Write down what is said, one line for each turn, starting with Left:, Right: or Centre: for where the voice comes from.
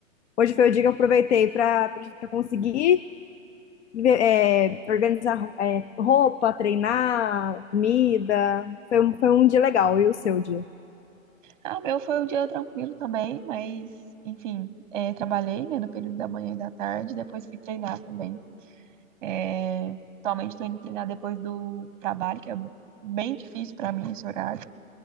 Left: hoje foi o dia que eu aproveitei para conseguir ver- é, organizar é, roupa, treinar, comida. Foi um, foi um dia legal, e o seu dia?
Right: Ah, o meu foi um dia tranquilo também, mas, enfim, é, trabalhei, né, no período da manhã e da tarde, depois fui treinar também. É, atualmente estou indo treinar depois do trabalho, que é bem difícil para mim esse horário.